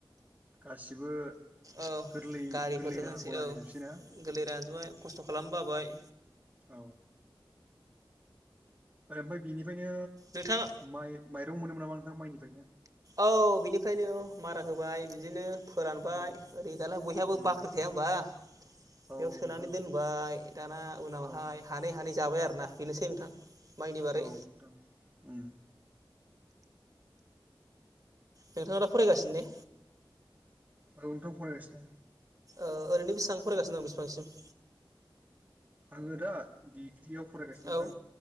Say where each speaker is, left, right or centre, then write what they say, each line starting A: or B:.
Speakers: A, on the right (about 15°); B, on the right (about 40°).
A: गासिबो
B: औ
A: गोरलै-गोरलै
B: गारिफोरजों
A: राहाखौ
B: होनसै
A: नागिरजोबसैना
B: औ गोरलै रानजोबाय खस्थ' खालाम बाबाय।
A: औ रोओमफाय बिनिफायनो
B: नोंथाङा
A: माइ-माइरं मोनोमोन नामा नोंथां माइनिफायनो
B: औ बिनिफ्रायनो औ मारा होबाय बिदिनो फोरानबाय
A: औ
B: ओरै दाना बयहाबो
A: उम
B: बाख्रि थाया होनबा बेयाव
A: औ
B: सोनानै
A: नोंथां
B: दोनबाय दाना उनावहाय
A: औ
B: हानै हानै जाबाय आरोना बेनोसै नोंथां। माइनि बारै
A: औ नोंथां उम
B: नोंथाङा दा फरायगासिनो ने?
A: औ नोंथां फरायगासिनो
B: ओ ओरैनो बेसेबां फरायगासिनो दं बेसेबांसिम?
A: आङो दा डिग्रियाव फरायगासिनो नोंथां
B: औ